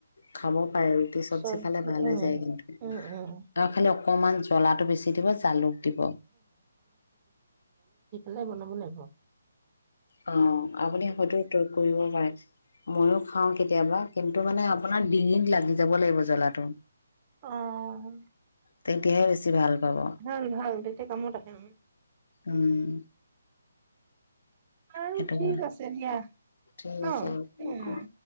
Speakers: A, on the left; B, on the right.
A: খামত পায় ৰুটি চবজি
B: চব্জি
A: খালে ভাল
B: উম
A: হৈ যায় কিন্তু
B: উম উম
A: আৰু খালি অকমান জ্বলাটো বেছি দিব জালুক দিব
B: হাই বনাব লাগিব
A: অ আপুনি হয়তো তয় কৰিব মইো খাও কেতিয়াবা কিন্তু মানে আপোনাৰ ডিঙিত লাগি যাব লাগিব জ্বলাটো।
B: অহ '।
A: তেতিয়াহে বেছি ভাল। পাব
B: ভাল ভাল তেতি কামতত আহে।
A: উম,
B: আৰু
A: সেইটো
B: ঠিক
A: হয়
B: আছে দিয়া ন,
A: ঠিক আছে।
B: উম।